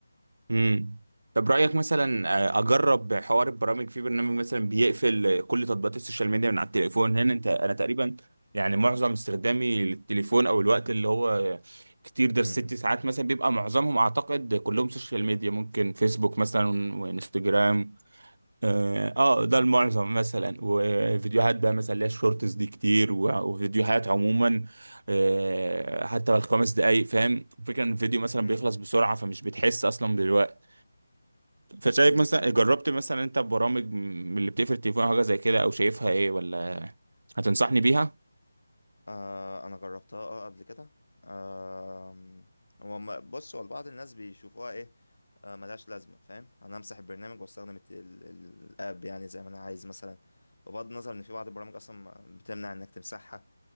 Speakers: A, on the right; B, on the left.
A: امم طب رأيك مثلا آه، اجرب حوار البرامج في برنامج مثلا بيقفل آه، كل تطبيقات السوشيال ميديا من على التليفون هنا انت انا تقريبا يعني معظم استخدامي للتليفون او الوقت اللي هو كتير ده
B: أمم،
A: الست ساعات مثلا بيبقى معظمهم اعتقد كلهم سوشيال ميديا ممكن فيسبوك مثلا وانستجرام اه آه، ده المعظم مثلا وفيديوهات بقى مثلا اللي هي الشورتس دي كتير و- وفيديوهات عموما آه، حتى الخمس دقايق فاهم الفكرة ان الفيديو مثلا
B: أمم،
A: بيخلص بسرعة فمش بتحس اصلا بالوقت فشايف
B: أمم.
A: مثلا جربت مثلا انت برامج من اللي بتقفل التليفون او حاجه زي كده او شايفها ايه ولا هتنصحني بيها
B: آه انا جربتها اه قبل كده آه هو ما- بص هو بعض الناس بيشوفوها ايه آه ملهاش لازمة فاهم انا امسح البرنامج واستخدم الت- ال- ال- الاب يعني زي ما انا عايز مثلا بغض النظر ان في بعض البرامج اصلا ما- بتمنع انك تمسحها